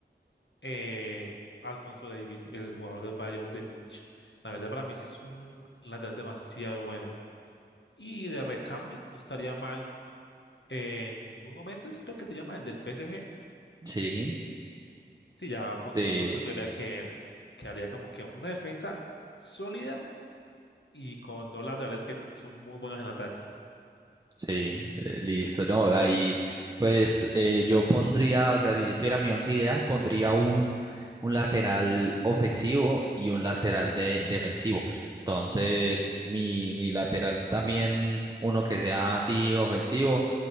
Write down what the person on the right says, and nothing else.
Sí,
sí,
sí, eh, listo. No, ahí pues eh, yo pondría, o sea, si yo tuviera mi once ideal, pondría un, un lateral ofensivo y un lateral de, defensivo. Entonces, mi, mi lateral también, uno que sea así ofensivo